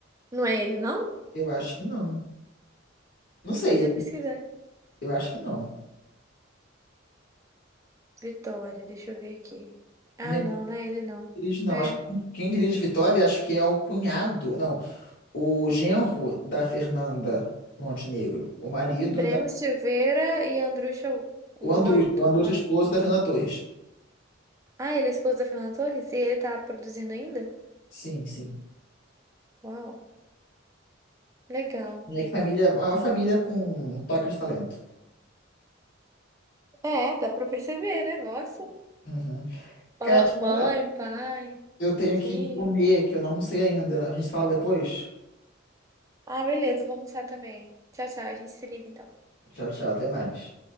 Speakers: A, on the right; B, on the left.
A: Não é ele, não?
B: Eu acho que não. Não sei,
A: Vou até pesquisar.
B: eu acho que não.
A: Vitória, deixa eu ver aqui. Ah,
B: Nem
A: não, não é ele, não.
B: dirige, não.
A: É.
B: Acho que quem quem dirige Vitória, acho que é o cunhado, não, o genro da Fernanda Montenegro, o marido
A: Breno
B: da.
A: Silveira e Andrusha Warrington.
B: O Andrus, o Andrus é esposo da Fernanda Torres.
A: Ah, ele é esposo da Fernanda Torres? E ele tá produzindo ainda?
B: Sim, sim.
A: Uau, legal.
B: Minha família é uma família com um toque de talento.
A: É, dá pra perceber, né? Nossa.
B: Uhum.
A: Pa-
B: Cara, deixa
A: Mãe,
B: eu falar,
A: pai,
B: eu tenho
A: filho.
B: que comer, que eu não almocei ainda. A gente fala depois.
A: Ah, beleza, vou almoçar também. Tchau, tchau. A gente se liga então.
B: Tchau, tchau, até mais.